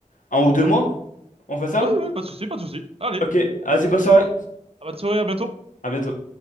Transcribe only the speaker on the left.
un ou deux mois. On fait ça?
Ok, vas-y, bonne soirée.
À bientôt.